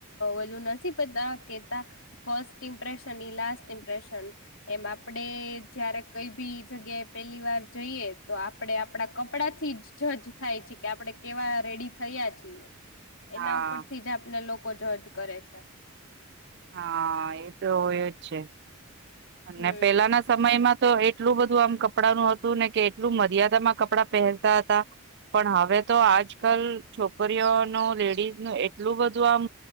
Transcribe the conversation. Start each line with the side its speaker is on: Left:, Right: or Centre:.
Left: ઓલું નથી પતા કેતા ફસ્ટ ઇમ્પ્રેશન લાસ્ટ ઇમ્પ્રેશન એમ આપડે જયારે કઈ બી જગ્યાએ પેલી વાર જઈએ, તો આપડે આપડા કપડા થી જ જજ થાય છે. કે આપડ કેવા રેડી થયા છીએ. એના
Right: હા
Left: ઉપરથી જ આપને લોકો જજ કરે છે. ચા- <inaudible>
Right: હા એ તો હોય જ છે. અને
Left: હમ
Right: પેલાના સમયમાં તો એટલું બધું આમ કપડા નું હતું, ને કે એટલું મર્યાદામાં ક કપડા પહેનરતા હતા. પણ હા હવે તો આજ કલ છોક છોકરીઓ ન લેડીઝ ન એટલું બધું આમ,